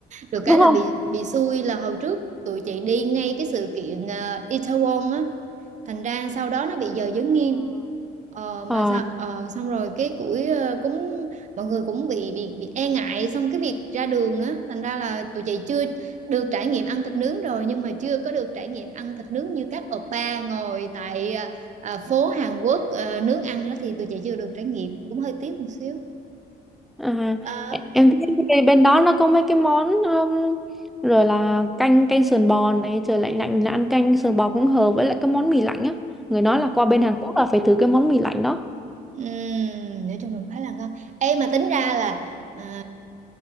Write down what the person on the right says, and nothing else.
được cái
là
bị bị xui là hồi trước tụi chị đi ngay cái sự kiện ờ, Itaewon á, thành ra sau đó nó bị giờ giới nghiêm Ờ,
mà sao ờ, xong rồi cái củi ờ, cũng mọi người cũng bị bị bị e ngại xong cái việc ra đường á thành ra là tụi chị chưa được trải nghiệm ăn thịt nướng rồi nhưng mà chưa có được trải nghiệm ăn thịt nướng như các oppa ngồi tại ờ, phố Hàn Quốc ờ, nướng ăn đó thì tụi chị chưa được trải nghiệm cũng hơi tiếc một xíu
Ờ,
ừm, nói chung là cũng khá là ngon Ê mà tính ra là à,